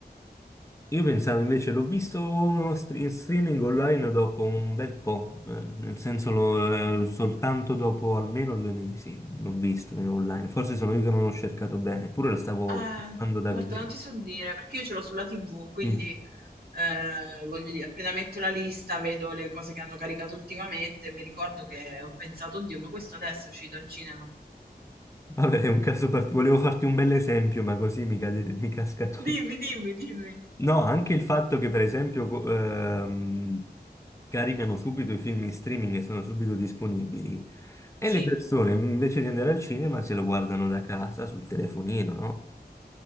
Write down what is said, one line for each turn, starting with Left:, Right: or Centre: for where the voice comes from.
Left: Io pensavo invece, l'ho visto str- in streaming online dopo un bel po', eh, nel senso lo- eh, soltanto dopo almeno due mesi l'ho visto in online, forse sono io che non l'ho cercato bene, eppure lo stavo
Right: Eh,
Left: cercando da
Right: guarda,
Left: vedere.
Right: non ti so dire, perché io ce l'ho sulla TV, quindi,
Left: Mm.
Right: ehm, voglio dire, appena metto la lista, vedo le cose che hanno caricato ultimamente e mi ricordo che ho pensato: "Oddio, ma questo adesso è uscito al cinema".
Left: Vabbè, è un caso particolare, volevo farti un bel esempio, ma così mi cade- mi casca tutto.
Right: Dimmi, dimmi, dimmi.
Left: No, anche il fatto che per esempio co- ehm, caricano subito i film in streaming e sono subito disponibili e
Right: Sì.
Left: le persone invece di andare al cinema se lo guardano da casa sul telefonino, no?